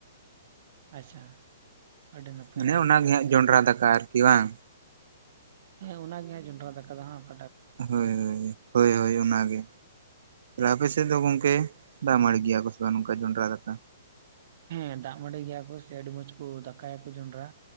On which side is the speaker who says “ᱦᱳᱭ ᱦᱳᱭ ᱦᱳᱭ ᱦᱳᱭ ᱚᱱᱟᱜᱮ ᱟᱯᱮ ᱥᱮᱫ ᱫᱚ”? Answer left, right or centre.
Right